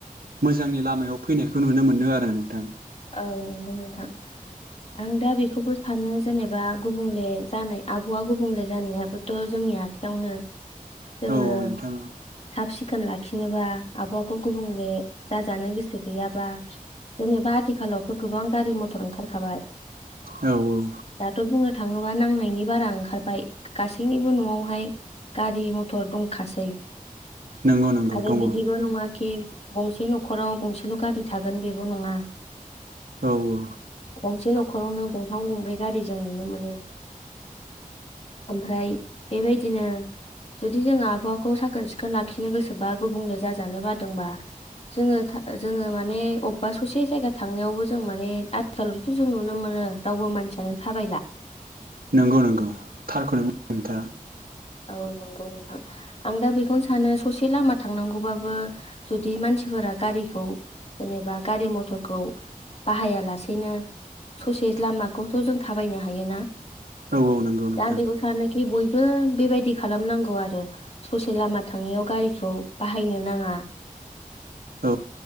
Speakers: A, on the right (about 85°); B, on the left (about 45°).
A: मोजांनि लामायाव फैनायखौ नुनो मोनदों आरो नोंथां।
B: औ नंगौ नोंथां आं दा बेखौबो सानो जेनेबा गुबुंले जानाय आब'आ गुबुंले जानायाबोथ' जोंनि आखायावनो जोङो
A: औ नोंथां
B: साब सिखो खोन लाखिनोबा आबहावाखौ गुबुंले जाजानो गोसो गैयाबा जेनेबा आथिखालावथ गोबां गारि मथर ओंखारखाबाय
A: औ औ
B: दाथ' बुंनो थाङोबा नांनायनि बारा ओंखारबाय गासैनिबो नआवहाय गारि मथर दं खासै
A: नंगौ नंगौ
B: आरो
A: दङ
B: बिदिबो नङा खि गंसे नखराव गंसेल गारि थागोन बेबो नङा।
A: औ औ
B: गंसे नखरावनो गंथाम गंब्रै गारि जों नुनो मोनो। ओमफ्राय बेबायदिनो जुदि जोङो आबहावाखौ साखोन सिखोन लाखिनो गोसोबा गुबुंले जाजानो बादोंब्ला जोङो जोङो माने अबेबा ससे जायगा थांनायावबो जों माने आथिखालावथ जों नुनो मोनो रावबो मानसियानो थाबायला
A: नंगौ नंगौ थारखौनो बुंदों नोंथाङा
B: औ नंगौ नोंथां आं दा बेखौनो सानो ससे लामा थांनांगौबाबो जुदि मानसिफोरा गारि खौ जेनेबा गारि मथर खौ बाहाया लासेनो ससे लामाखौथ जों थाबायनो हायोना?
A: औ औ नंगौ नोंथां
B: दा आं बेखौ सानोनाखि बय बो बेबायदि खालामनांगौ आरो ससे लामा थाङनायाव गारिखौ बाहायनो नाङा
A: औ